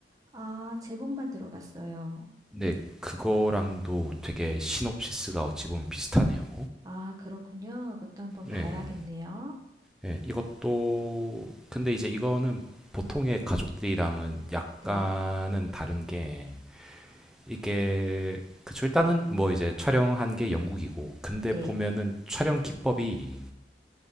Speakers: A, on the right; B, in the centre.
A: 아, 제목만 들어봤어요.
B: 네, 그거랑도 되게 시놉시스가 어찌 보면 비슷하네요.
A: 아, 그렇군요. 그것도 한번 봐야겠네요.
B: 예, 예, 이것도, 근데 이제 이거는 보통의 가족들이랑은 약간은
A: 네,
B: 다른 게 이게, 그쵸, 일단은 뭐 이제 촬영한 게 영국이고, 근데
A: 네,
B: 보면은 촬영 기법이